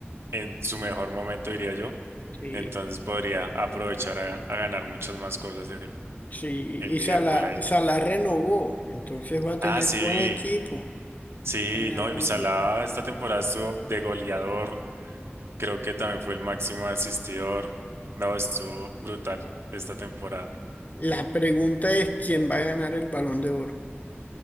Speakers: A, on the right; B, on the left.
A: en su mejor momento, diría yo.
B: sí,
A: Entonces podría aprovechar a, a ganar muchas más cosas el,
B: sí,
A: el
B: y
A: Liverpool
B: Salah,
A: ahí.
B: Salah renovó, entonces va a tener
A: Ah, sí,
B: buen equipo.
A: sí,
B: Va a tener
A: no,
B: buen
A: y Salah
B: equipo.
A: esta temporada estuvo de goleador, creo que también fue el máximo asistidor, no, estuvo brutal esta temporada.
B: La pregunta es quién va a ganar el Balón de Oro